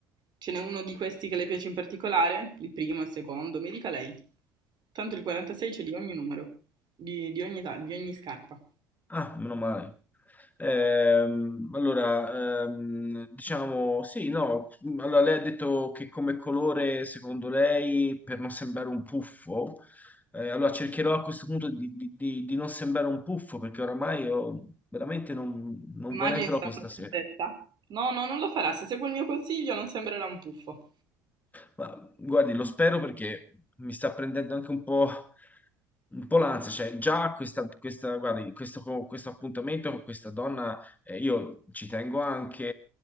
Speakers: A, on the right; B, on the left.
A: Ce n'è uno di questi che le piace in particolare? Il primo, il secondo, mi dica lei. Tanto il 46 c'è di ogni numero, di, di ogni, ta- di ogni scarpa.
B: Ah, meno male. Ehm, allora, ehm, diciamo, sì, no, allora lei ha detto che come colore, secondo lei, per non sembrare un puffo, eh, allora cercherò a questo punto di, di- di- di non sembrare un puffo, perché oramai io veramente non non
A: Immagini
B: vorrei proprio
A: in santa
B: stasera.
A: tristezza? No, no, non lo farà. Se segue il mio consiglio non sembrerà un puffo.
B: Ma guardi, lo spero perché mi sta prendendo anche un po', un po' l'ansia, cioè già questa, questa, guardi, questo, questo appuntamento con questa donna, eh, io ci tengo anche